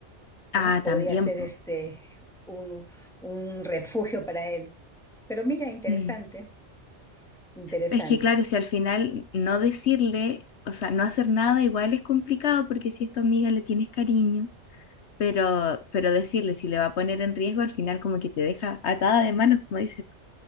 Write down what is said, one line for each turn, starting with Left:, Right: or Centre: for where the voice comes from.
Centre: ¿no?
Left: Ah,
Centre: Podría
Left: también,
Centre: ser
Left: po.
Centre: este un, un refugio para él. Pero mira, interesante,
Left: Mm.
Centre: interesante.
Left: Es que claro, si al final no decirle, o sea, no hacer nada igual es complicado porque si es tu amiga le tienes cariño, pero, pero decirle si le va a poner en riesgo, al final como que te deja atada de manos, como dices tú.